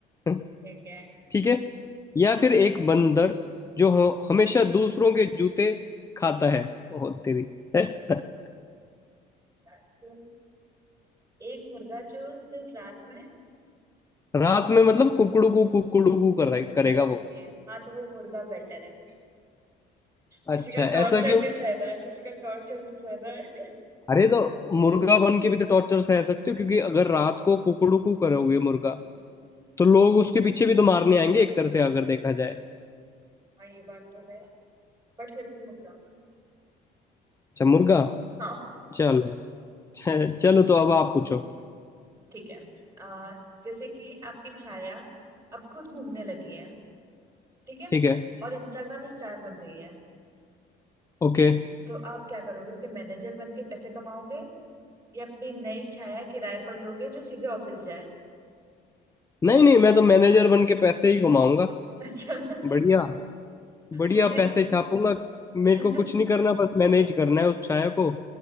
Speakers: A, on the left; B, on the right.
A: <laughs>
B: ठीक है ठीक
A: ठीक है या फिर एक बंदर जो हो, हमेशा दूसरों के जूते खाता है ओ तेरी <laughs>
B: है। तो एक मुर्गा जो सिर्फ रात में
A: रात में मतलब कुकड़ू कु कुकड़ू कु करेगा
B: ओके
A: वो
B: हाँ तो वो मुर्गा बेटर है किसी
A: अच्छा
B: का टॉर्चर
A: ऐसा क्यों
B: नहीं सहना है किसी का टॉर्चर नहीं सहना है
A: अरे तो मुर्गा बन के भी तो टॉर्चर सह सकते हो क्योंकि अगर रात को कुकड़ू कु करोगे मुर्गा तो लोग उसके पीछे भी तो मारने आएंगे एक तरह से अगर देखा जाए
B: हाँ ये बात तो है बट फिर भी होगा
A: अच्छा मुर्गा
B: हाँ
A: चलो <laughs> चलो तो अब आप पूछो
B: ठीक है आ, जैसे कि आपकी छाया अब खुद घूमने लगी है ठीक है
A: ठीक है
B: और इंस्टाग्राम स्टार बन रही है
A: ओके
B: तो आप क्या करोगे उसके मैनेजर बन के पैसे कमाओगे या अपनी नई छाया किराए पर लोगे जो सीधे ऑफिस जाए
A: नहीं नहीं मैं तो मैनेजर बन के पैसे ही घुमाऊंगा
B: अच्छा <laughs>
A: बढ़िया बढ़िया
B: मुझे
A: पैसे छापूंगा मेरे
B: <laughs> मुझ
A: को कुछ नहीं करना बस मैनेज करना है उस छाया को